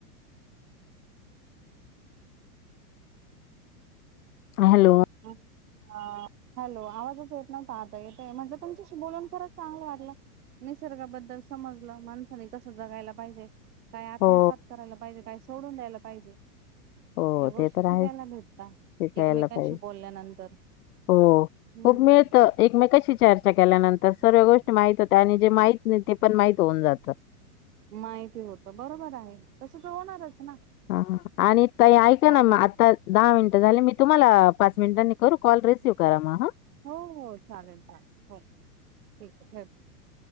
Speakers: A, on the left; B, on the right.
A: हॅलो
B: हम अ हॅलो आवाजच येत नव्हता आता येतय म्हणज तुमच्याशी बोलून खरच चांगलं वाटलं निसर्गाबद्दल समजलं माणसानी कसं जगायला पाहिजे काय आत्मसात
A: हो
B: करायला पाहिजे काय सोडून द्यायला पाहिजे
A: हो
B: या गोष्टी
A: ते तर
B: शिकायला
A: आहेच
B: भेटतात.
A: शिकायला
B: एकमेकांशी
A: हो
B: बोलल्यानंतर हम्म
A: खूप मिळत एकमेकशी चर्चा केल्यानंतर सर्व गोष्टी माहित होत आणि जे माहित नाही ते पण माहित होऊन जात
B: माहिती होत बरोबर आहे तस तर होणारच ना
A: हा आणि त ऐक
B: चालेल
A: ना आता दहा मिनिटं झाले मी तुम्हाला पाच मिनिटांनी करू कॉल? रिसीव्ह करा मग हां.
B: हो हो चालेल चालेल हो ठीक आहे